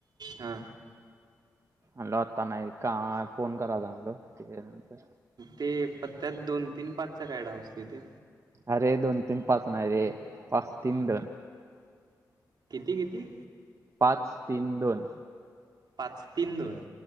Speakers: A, on the right (about 65°); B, on the right (about 40°).
A: हा
B: आलो आता नाही का फोन करायचाय म्हटलो
A: ते पत्त्यात दोन तीन पाचचा काय डाव असतोय तो
B: अरे दोन तीन पाच नाय रे पाच तीन
A: मग
B: दोन
A: किती किती
B: पाच तीन दोन
A: पाच तीन दोन